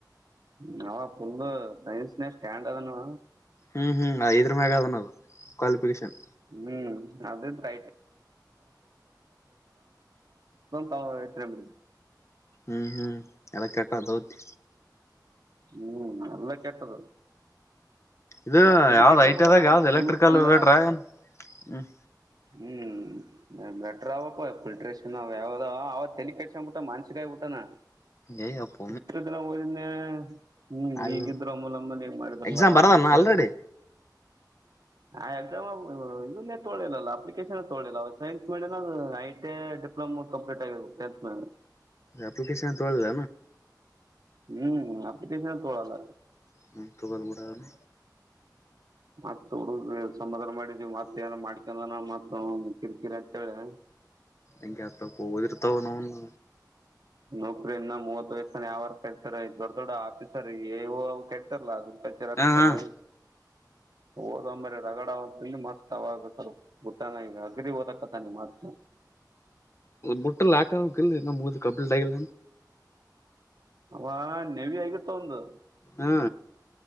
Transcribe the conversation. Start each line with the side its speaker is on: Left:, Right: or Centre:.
Right: ನಾವ ಫುಲ್ ಸೈನ್ಸ್ನ ಸ್ಟ್ಯಾಂಡ್ ಅದನು
Left: ಹ್ಮ್ ಹ್ಮ್ ಇದ್ರ ಮ್ಯಾಗ ಅದನದು ಕ್ವಾಲಿಫಿಕೇಶನ್
Right: <inaudible> ಒಂದ್ರ ತಾವಚ್ಚರ <inaudible>
Left: ಹ್ಮ್ ಹ್ಮ್ ಎಲ್ಲ ಕೆಟದ ಹೋದು
Right: ಹ್ಮ್ ಎಲ್ಲ ಕೆಟ್ಟದ
Left: ಇದು
Right: ಮತ್ತೆ ಎಟ
Left: ಯಾವ್ದ್
Right: ಕಡಸ
Left: ಐಟಿದಾಗ
Right: ಮಟ್ಟಾನ
Left: ಯಾವ್ದ್ ಎಲೆಕ್ಟ್ರಿಕಲ್
Right: ಅಲ್ಲ
Left: ಬೇಟ್ರ ಏನ್ ಹ್ಮ್
Right: ಹ್ಮ್ ಮೆಟ್ರ ಅವಪ್ಪ ಫಿಲ್ಟ್ರೇಷನ್ ಅವ ಯಾವಾವ ಅವ ತಲಿ ಕೆಡಸಕೊಂಡ್ ಬಿಟ್ಟ ಮನ್ಸಿ ಆಿಬ ಬಿಟ್ಟಾನ
Left: ಎ ಅಪ್ಪ
Right: ಇಷ್ಟ ಜನ ೋದನೆ ಹ್ಮ್
Left: ಅಲ್ಲ
Right: ಈಗಿದ್ರು ಅ ಮೂಲಮ್ಮನ ಹೆಗ್ ಮಾಡಿದ್ರಲ್ಲ
Left: ಎಕ್ಸಾಮ್ ಬರದಾನ
Right: ಅಂತಂತ
Left: ಆಲ್ರೆಡಿ
Right: ಹೇಳಿ ಆ ಎಕ್ಸಾಮ್ ಇದೇ ತೊಳಿಲ್ಲಲ್ಲ ಅಪ್ಲಿಕೇಶನ್ ತೊಳಿಲ್ಲ ಸೈನ್ಸ್ ಮೇಡ ಐ ಟಿ ಡಿಪ್ಲೊಮೋ ಕಂಪ್ಲೀ ಆಗ ಟೆಂತ್ ಮಲೆ
Left: ಅಪ್ಲಿಕೇಶನ್ ತೊಳಲ್ಲ
Right: ಹ್ಮ್ ಅಪ್ಲಿಕೇಶನ್ ತಳಲ್ಲ
Left: ಹ ತೊಗಲ್ ಬಡಾವಲ್ಲ
Right: ಮತ್ತ್ ಹುಡುಗ ಸಮಾಧಾನ ಮಾಡಿದ್ವಿ ಮತ್ತತ್ ಏನ ಮಾಡ್ಕೊಂಡನ ಮತ್ ಕಿರಿಕಿರಿ ಅಂತೇಳಿ
Left: ಎಗೆ ಅತ್ತ ಪೋದರ್ತ ಹನಾವ
Right: ನೌಕ್ರರಿ ಇನ್ನು ಮೂವತ್ ವಯಸ್ಸನ ಯಾವಾಗ ಕಳ್ತಾರ ದೊಡ್ಡ ದೊಡ್ ಆಫೀಸರ್ ಏೋ ಕಳ್ತಾರಲ್ಲ ಅದ ರಕ
Left: ಹ
Right: ಸರ್
Left: ಹಾ
Right: ಹಓದಂಬರಿ ರಗಡ ಅಂತಿ ಮತ್ತತ್ ತವ ಆಗರ್ ಗತ್ತಂಗ ಈಗ ಅಗ್ರಿ ಓದಕ್ಕತಾನ್ತ
Left: ಬುಟ್ಟಲ್ ಹಾಕ ಇ ಮೂದ ಕಬಲು ಡಲ್ಲ
Right: ಅವಾ ನೆವಿ ಆಗಿತ್ ಅವ್ನ್ದು
Left: ಹಾ